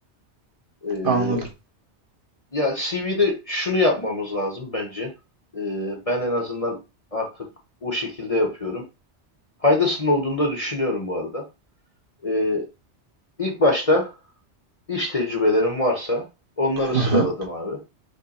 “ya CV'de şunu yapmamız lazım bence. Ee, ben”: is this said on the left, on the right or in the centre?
Left